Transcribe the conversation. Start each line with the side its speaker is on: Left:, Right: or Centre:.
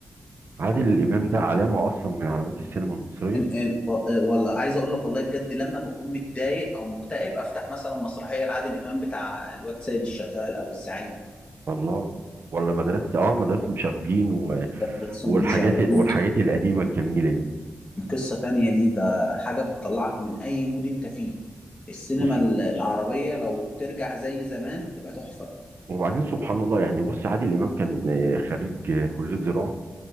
Right: عادل امام ده علامه اصلا من علامات السينما المصريه
Left: إن- إن- و- إيه، والله عايز اقول لك والله بجد لما بكون متضايق او مكتئب افتح مثلا مسرحيه لعادل امام بتاع الواد سيد الشغال او الزعيم
Right: الله ولا مدرسه
Left: آه،
Right: اه مدرسه مشاغبين و-
Left: ده بس
Right: والحاجات
Left: هم شغالين
Right: والحاجات القديمه الجميله دي
Left: قصة تانية دي ده حاجة بتطلعك من أي مود أنت فيه السينما
Right: بص
Left: ال- العربية لو ترجع زي زمان هتبقى تحفة
Right: وبعدين سبحان الله يعني بص عادل امام كان آه، خريج آه، كليه زراعه